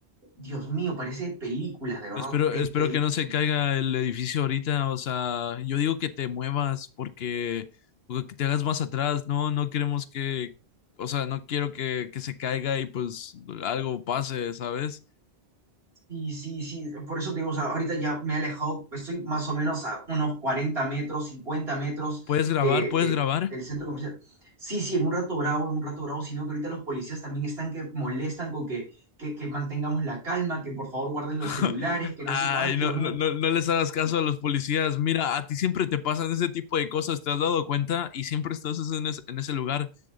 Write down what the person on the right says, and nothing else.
Dios mío, parece de películas, de verdad,
de
películas.
Sí, sí, sí, por eso te digo, o sea, ahorita ya me he alejado, pues estoy más o menos a unos 40 metros, 50 metros
de,
de-
del centro comercial. Sí, sí, en un rato bravo, en un rato bravo, sino que ahorita los policías también están que molestan con que, que, que mantengamos la calma, que por favor guarden los
celulares, que no
sé, ah, Dios
mío,